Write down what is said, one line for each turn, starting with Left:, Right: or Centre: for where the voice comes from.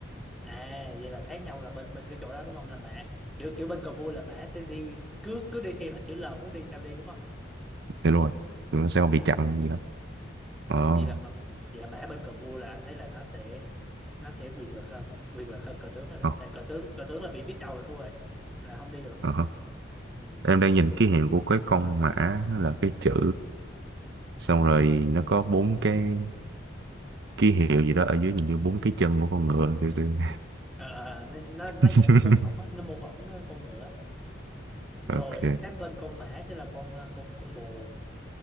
Centre: à vậy là khác nhau là bên bên cái chỗ đó đúng không là mã kiểu kiểu bên cờ vua là mã sẽ đi cứ cứ đi theo hình chữ L muốn đi sao đi đúng không
Right: thì luôn rồi Thì nó sẽ không bị chặn gì hết ờ
Centre: vậy là mà vậy là mã bên cờ vua là anh thấy là nó sẽ nó sẽ quyền lực hơn quyền lực hơn cờ tướng rồi đó
Right: ờ
Centre: tại cờ tướng cờ tướng là bị biết đầu là thua rồi là không đi được
Right: ờ hả.
Centre: Ừ.
Right: em đang nhìn ký hiệu của cái con mã nó là cái chữ xong rồi nó có bốn cái ký hiệu gì đó ở dưới nhìn như bốn cái chân của con ngựa kiểu kiểu
Centre: Ờ, ờ, ờ, nó nó nó
Right: <laughs>
Centre: dạng nó mô phỏng á nó mô phỏng ờ, con ngựa rồi
Right: ok
Centre: sát bên con mã sẽ là con ờ, con con bồ